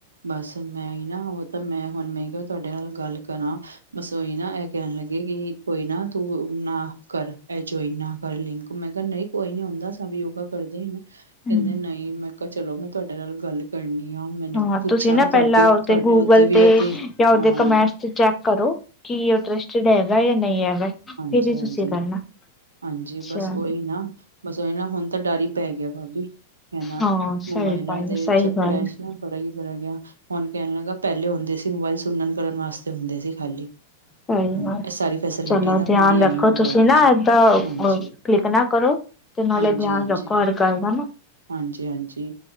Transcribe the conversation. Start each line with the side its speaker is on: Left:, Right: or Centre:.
Right: ਬਸ ਮੈਂ ਹੀ ਨਾ ਉਹ ਤਾਂ ਮੈਂ ਹੁਣ ਨਹੀਂ ਤਾਂ ਤੁਹਾਡੇ ਨਾਲ ਗੱਲ ਕਰਾਂ। ਬਸ ਉਈ ਨਾ ਇਹ ਕਹਿਣ ਲੱਗੇ ਕਿ ਕੋਈ ਨਾ ਤੂੰ ਨਾ ਕਰ। ਇਹ ਜੋਈ ਨਾ ਕਰ ਲਿੰਕ ਮੈਂ ਕਿਹਾ ਨਹੀਂ ਕੋਈ ਨੀ ਹੁੰਦਾ। ਸਭ ਯੋਗਾ ਕਰਦੇ ਨੇ।
Left: ਹਮ
Right: ਕਹਿੰਦੇ ਨਹੀਂ ਮੈਂ ਕਿਹਾ ਚਲੋ ਮੈਂ ਤੁਹਾਡੇ ਨਾਲ ਗੱਲ ਕਰਨੀ ਆ। ਮੈਨੇ
Left: ਹਾਂ
Right: ਪੁੱਛਾ
Left: ਤੁਸੀਂ ਨਾ ਪਹਿਲਾਂ
Right: ਤੁਹਾਡੇ
Left: ਉਹਦੇ
Right: ਤੁਹਾਡੇ
Left: ਗੂਗਲ
Right: ਉੱਤੇ ਵੀ
Left: ਤੇ
Right: ਇਦੇ
Left: ਜਾਂ ਉਹਦੇ
Right: ਹਾਂ
Left: ਕਮੈਂਟਸ ਤੇ ਚੈੱਕ ਕਰੋ। ਕੀ ਇੰਟਰਸਟਡ ਹੈਗਾ ਜਾਂ ਨਹੀਂ ਹੈਗਾ। ਫਿਰ
Right: ਹਾਂਜੀ
Left: ਹੀ
Right: ਹਾਂਜੀ
Left: ਤੁਸੀਂ ਕਰਨਾ
Right: ਹਾਂਜੀ
Left: ਅੱਛਾ
Right: ਬਸ ਓਹੀ ਨਾ ਬਸ ਉਹੀ ਨਾ ਹੁਣ ਤਾਂ ਡਰ ਈ ਪੈ ਗਿਆ ਭਾਬੀ ਹਨਾ।
Left: ਹਾਂ ਸਹੀ
Right: ਮੋਬਾਇਲਾਂ
Left: ਗੱਲ
Right: ਦੇ
Left: ਹੈ, ਸਹੀ
Right: ਚੱਕਰਾਂ
Left: ਗੱਲ ਹੈ,
Right: 'ਚ ਨਾ ਬੜਾ ਹੀ ਬੜਿਆ ਗਿਆ। ਹੁਣ ਕਹਿਣ ਲੱਗਾ ਪਹਿਲੇ ਹੁੰਦੇ ਸੀ। ਮੋਬਾਇਲ ਸੁਨਣ ਕਰਨ ਵਾਸਤੇ ਹੁੰਦੇ ਸੀ ਖਾਲੀ।
Left: ਸਹੀ
Right: ਹਾਂ
Left: ਗੱਲ
Right: ਐ ਸਾਰੀ ਫੈਸਿਲਿਟੀ ਤਾਂ ਹੁਣ
Left: ਧਿਆਨ
Right: ਹੀ ਆਈ
Left: ਰੱਖੋ
Right: ਹੈ ਮੋਬਾਇਲਾਂ
Left: ਤੁਸੀਂ ਨਾ
Right: ਤੋਂ
Left: ਏਦਾਂ
Right: ਹਾਂਜੀ
Left: ਕਲਿੱਕ ਨਾ ਕਰੋ। ਤੇ ਨਾਲ਼ੇ
Right: ਹਾਂਜੀ
Left: ਧਿਆਨ
Right: ਹਾਂਜੀ
Left: ਰੱਖੋ ਹਰ ਗੱਲ ਦਾ ਨਾ।
Right: ਹਾਂਜੀ ਹਾਂਜੀ